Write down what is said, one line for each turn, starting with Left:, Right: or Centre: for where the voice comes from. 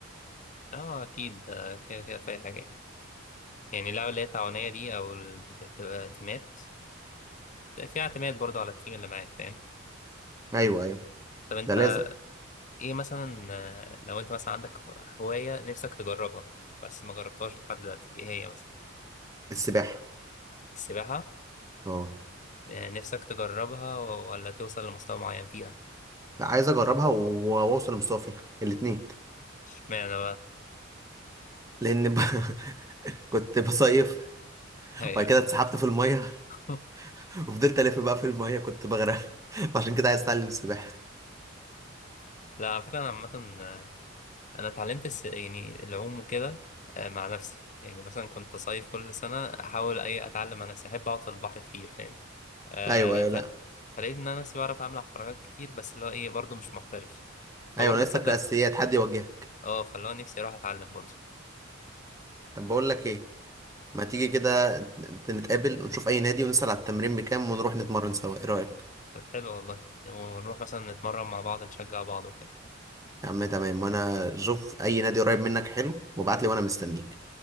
Left: اه اكيد آه، كده كده في اي حاجه يعني يعني اللعبه اللي هي التعاونيه دي او اللي بتبقى تيمات آه، فيها اعتماد برضه على التيم اللي معاك فاهم
Right: ايوه ايوه
Left: طب انت
Right: ده لازم
Left: ايه مثلا آه، لو انت مثلا عندك هو- هواية نفسك تجربها بس ما جربتهاش لحد دلوقتي ايه هي مثلا
Right: السباحه
Left: السباحة
Right: اه
Left: آه، نفسك تجربها ولا توصل لمستوى معين فيها
Right: لا عايز اجربها و- واوصل لمستوى فيها الاثنين
Left: اشمعنى بقى
Right: لان ب... <laughs> كنت بصيف
Left: هي
Right: وبعد كده اتسحبت في الميه
Left: <laughs>
Right: <laughs> وفضلت الف بقى في الميه كنت بغرق <laughs> فعشان كده عايز اتعلم السباحه
Left: لا على فكرة انا عامة آه، انا اتعلمت الس... يعني العوم وكده آه، مع نفسي يعني مثلا كنت صيف كل سنة احاول اي اتعلم انا احب اقعد في البحر كتير فاهم آه،
Right: ايوه ايوه
Left: ف...
Right: لا
Left: فلقيت ان انا نفسي بعرف اعمل حركات كتير بس اللي هو ايه برضه مش محترف فبرضه
Right: ايوه ناقص
Left: تصدق
Right: لك الاساسيات حد يوجهك
Left: اه فاللي هو نفسي اروح اتعلم برضه
Right: طب بقول لك ايه ما تيجي كده نت- نتقابل ونشوف اي نادي ونسأل على التمرين بكام ونروح نتمرن سوا ايه رأيك
Left: طب حلو والله ونروح مثلا نتمرن مع بعض نشجع بعض وكده
Right: يا عم تمام وانا شوف اي نادي قريب منك حلو وابعت لي وانا مستنيك